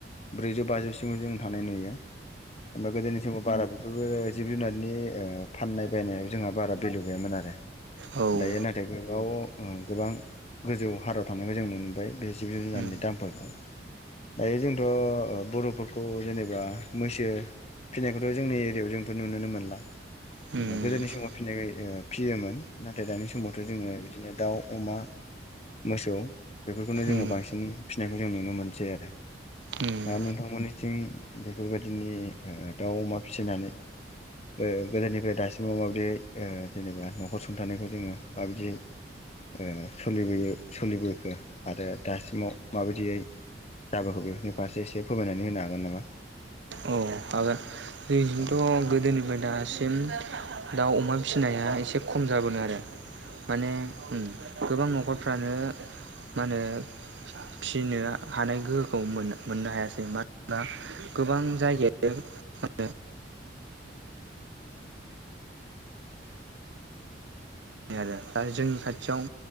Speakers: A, on the left; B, on the right.
A: ब्रैजौ बाजौसिमाव जों थांनाय नुयो। एबा गोदोनि समाव बारागु बेफोरबो जिब जुनारनि ओ फाननाय बायनायाव जोंहा बारा भेलु गैयामोन आरो
B: औ उम
A: दायो नाथाय गोबाव ओ गोबां गोजौ हारायाव थानायखौ जों नुनो मोनबाय बे जिब जु-जुनारनि
B: उम
A: दामफोरखौ दायो जोंथ' ओ बर'फोरखौ जेनेबा मैसो फिनायखौथ' जोंनि एरियायाव जोंथ' नुनोनो मोनला
B: उम
A: जेनबा गोदोनि समाव फिनाय फियोमोन नाथाय दानि समावथ' जोङो बिदिनो दाउ अमा मोसौ बेफोरखौनो जोङो
B: उम
A: बांसिन फिनायखौ जों नुनो मोनसै आरो
B: उम
A: दा नोंथांमोननिथिं बे फोरबायदिनि दाउ अमा फिसिनानै ओ गोदोनिफ्राय दासिमाव माबाददियै ओ जेनेबा न'खर सुंथानायखौ जोङो माबायदियै ओ सोलिबोयो सोलिबोखो आरो दासिमाव माबायदियै जाबोखो बेफोरनि फारसे एसे फोरमायनानै होनो हागोन नामा?
B: औ हागोन जोंजोंथ'
A: औ
B: गोदोनिफ्राय दासिम दाउ अमा फिसिनाया एसे खम जाबोदों आरो माने उम गोबां न'खरफ्रानो मा होनो फिनो हानाय गोहोखौ मोन मोननो हायासै मा दा गोबांजायगायानो आरो दा जोंनि खाथियाव